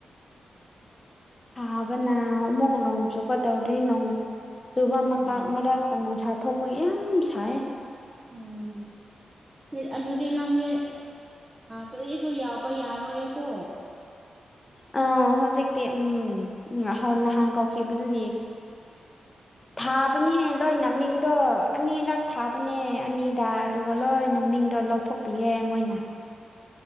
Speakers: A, on the left; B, on the right.
A: ꯍꯥꯕ ꯅ ꯑꯃꯨꯛ ꯅꯣꯡꯆꯨꯒꯇꯧꯔ ꯅ ꯆꯨꯕ
B: ꯎꯝ
A: ꯃꯔꯛ ꯅꯨꯡꯁꯥ ꯊꯣꯛꯄꯒꯤ ꯌꯥꯝ ꯁꯥꯏ
B: ꯎꯝ ꯑꯗꯨꯗꯤ ꯅꯪꯗꯤ ꯀꯔꯤꯁꯨ ꯌꯥꯎꯕ ꯌꯥꯔꯣꯏꯌꯦꯀꯣ
A: ꯑ ꯍꯧꯖꯤꯛꯇꯤ ꯎꯝ ꯎꯝ ꯅꯍꯥꯟ ꯀꯧꯈꯤꯕꯗꯨꯗꯤ ꯊꯥꯕꯅꯦꯍ ꯂꯣꯏꯅꯃꯤꯡꯗꯣ ꯑꯅꯤꯔꯛ ꯊꯥꯕꯅꯦ ꯑꯅꯤꯗ ꯑꯗꯨꯒ ꯂꯣꯏꯅ ꯃꯤꯡꯗꯣ ꯂꯧꯊꯣꯛꯄꯤꯌꯦ ꯃꯣꯏꯅ